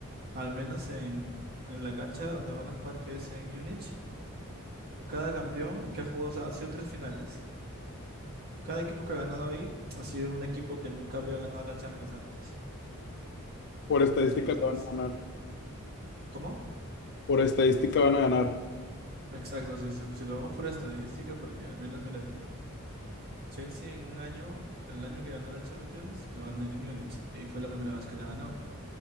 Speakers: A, on the right; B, on the left.
A: al menos en, en la cancha donde van a jugar, que es en Múnich, cada campeón que ha jugado, o sea, ha sido tres finales. Cada equipo que ha ganado ahí ha sido un equipo que nunca había ganado la Champions antes.
B: por estadística
A: Entonces,
B: la van a ganar,
A: ¿cómo?
B: por estadística van a ganar,
A: Exacto, si, se- si lo vamos por estadística, porque al menos, mira, Chelsea en un año, el año que ganó la Champions, lo ganó en Múnich y fue la primera vez que la ganó.